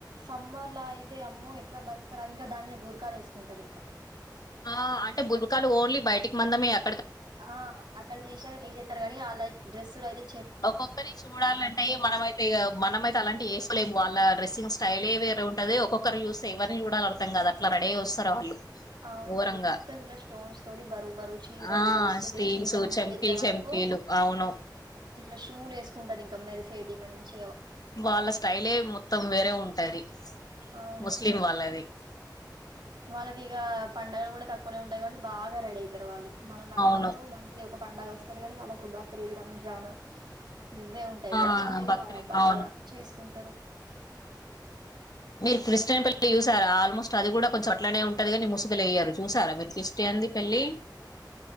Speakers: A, on the right; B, on the left.
A: సమ్మర్లా అయితే అమ్మో ఎట్లా భరి అవి ఇంకా దాని మీద బుర్కాలు వేసుకుంటారు ఇంకా
B: ఆ అంటే బుర్కాలు ఓన్లీ బయటికి మందమే అ
A: ఆ అక్కడ తీసాక తీసేస్తారు కాగానీ వాళ్ళ డ్రెస్సులు అయితే
B: ఒక్కొక్కరి చూడాలంటే మనమైతే మనమైతే అలాంటివి వేసుకోలేము వాళ్ళ డ్రెస్సింగ్ స్టైలే వేరేంటది ఒక్కొక్కరు చూస్తే ఇవన్నని చూడాల అర్థం కాదు అట్లా రేడ అయిస్తారు వాళ్ళు
A: అవును
B: ఘోరంగా
A: మొత్తం ఇట్లా స్టోన్స్ తోటి బరువు బరువు చీరలు
B: ఆ
A: డ్రెస్సులు
B: స్టీల్స్
A: చిన్న నుండి
B: చెంకీలు
A: పెద్ద వరకు
B: చెంకీలు అవును
A: ఇట్లా షూలు వేసుకుంటారు ఇంకా మెరిసేటి మంచి
B: వాళ్ళ స్టైలే మొత్తం వేరే ఉంటది
A: అవును
B: ముస్లిం వాళ్ళాది
A: వాళ్ళకి ఇక పండగలు కూడా తక్కువనే ఉంటాయి కాబట్టి బాగా రెడీ అయితారు వాళ్ళు మనలాగా
B: అవును
A: మనకు మంత్లీ ఒక పండగ వస్తది కానీ వాళ్ళకు బక్రీదు రంజాను ఇవ్వే ఉంటాయి
B: ఆ
A: కదా వాళ్ళిగా
B: బక్రీద్
A: బాగా
B: అవును
A: చేసుకుంటారు
B: మీరు క్రిస్టియన్ పెళ్లి చూసారా ఆల్మోస్ట్ అది కూడా కొంచెం అట్లనే ఉంటది గాని ముసుగులు ఎయ్యారు చూసార మీరు క్రిస్టియన్ ది పెళ్ళి